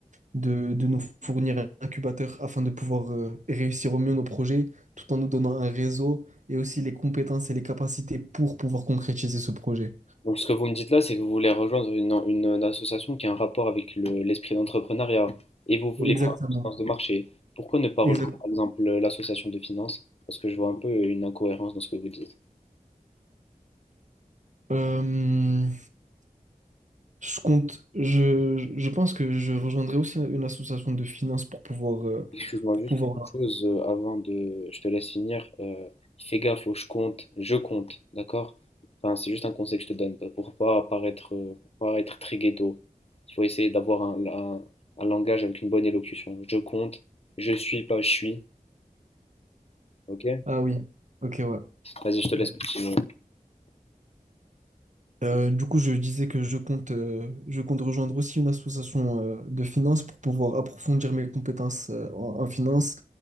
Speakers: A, on the right; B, on the left.
A: de, de nous fournir un incubateur afin de pouvoir euh, réussir au mieux nos projets, tout en nous donnant un réseau et aussi les compétences et les capacités pour pouvoir concrétiser ce projet.
B: Donc, ce que vous me dites là, c'est que vous voulez rejoindre une, une association qui a un rapport avec le- l'esprit d'entrepreneuriat et vous voulez
A: Exactement.
B: faire de la finance de marché. Pourquoi ne pas rejoindre,
A: Exactement.
B: par exemple, l'association de finance? Parce que je vois un peu une incohérence dans ce que vous dites.
A: Euh, je compte, je, je pense que je rejoindrai aussi une association de finances pour pouvoir, euh,
B: Excuse-moi
A: pour
B: juste
A: pouvoir.
B: une chose euh, avant de... Je te laisse finir. Euh, fais gaffe au je compte, je compte, d'accord? Enfin, c'est juste un conseil que je te donne euh, pour pas paraître, euh, pour pas être très ghetto. Il faut essayer d'avoir un, un un langage avec une bonne élocution. Je compte, je suis, pas je suis, ok?
A: Ah oui, ok, ouais.
B: Vas-y, je te
A: ouais.
B: laisse continuer.
A: Euh, du coup, je disais que je compte, euh, je compte rejoindre aussi une association euh, de finances pour pouvoir approfondir mes compétences euh, en, en finance